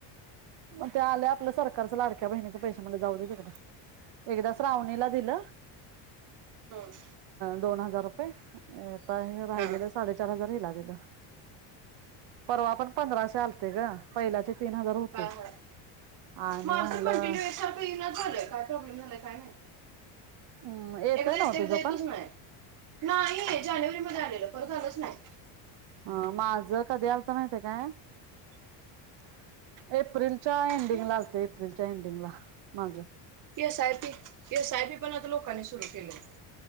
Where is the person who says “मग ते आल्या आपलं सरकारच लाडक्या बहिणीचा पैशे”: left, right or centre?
Right